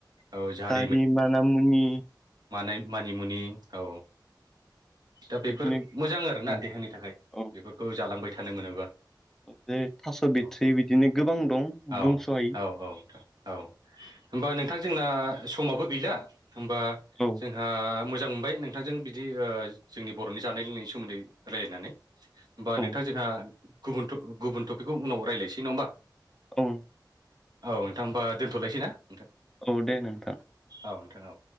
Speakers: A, on the right; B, in the centre.
A: औ जाहाथ
B: <unintelligible> मानामुनि
A: मानाय मानिमुनि औ दा बेफोर
B: बिदिनो
A: मोजां आरोना।
B: औ
A: देहानि थाखाय
B: औ
A: बेफोरखौ जालांबाय थानो मोनोबा
B: बे थास'
A: औ
B: बिथ्रि बिदिनो गोबां दं
A: औ
B: बुंस' हायि
A: औ औ नोथां औ होमबा नोंथां जोंना समाबो गैला होमबा
B: औ
A: ओ मोजां मोनबाय नोंथांजों बिदि ओ जोंनि बर'नि जानाय लोंनायनि सोमोन्दै रायलायनानै। होमबा
B: औ
A: नोंथां जोंहा गुबुन गुबुन टपिकखौ उनाव रायज्लायसै नङा होमबा?
B: औ।
A: औ नोंथां होमबा दोनथ'लायसै ना नोंथां
B: औ दे नोंथां।
A: औ नोंथां औ